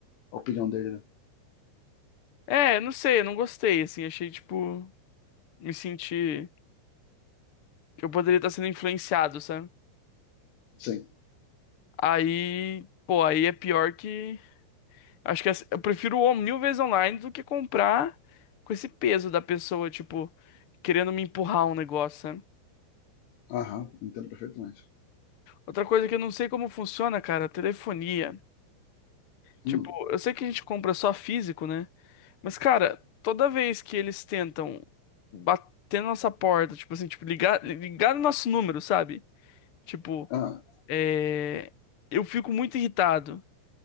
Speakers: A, on the left; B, on the left.
A: a opinião dele. né?
B: É, não sei, eu não gostei, assim, achei tipo. me sentir que eu poderia estar sendo influenciado, sabe?
A: Sim.
B: Aí, pô, aí é pior que. Acho que essa- eu prefiro o mil vezes online do que comprar com esse peso da pessoa, tipo, querendo me empurrar um negócio, sabe?
A: Aham, entendo perfeitamente.
B: Outra coisa que eu não sei como funciona, cara, é telefonia. Tipo,
A: Hum,
B: eu sei que a gente compra só físico, né? Mas, cara, toda vez que eles tentam bater na nossa porta, tipo assim, tipo, ligar, ligar no nosso número, sabe? Tipo,
A: ah,
B: é... eu fico muito irritado.